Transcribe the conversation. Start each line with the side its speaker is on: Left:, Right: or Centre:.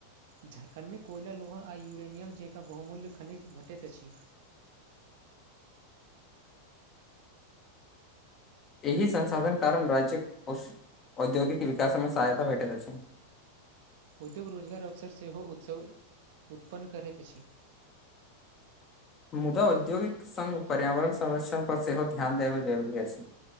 Right: झारखण्ड में कोयला लोहा आ यूरेनियम जकाँ बहुल्य खनिज भेटैत अछि
Left: एहि संसाधन कारण राज्य औद्योगिक विकास में सहायता भेटैत अछि
Right: उद्योग रोजगार अवसर सेहो उत्सव उत्पन्न करैत अइछ
Left: मुदा औद्योगिक संघ पर्यावरण संरक्षण पर सेहो ध्यान देब जरुरी अछि छय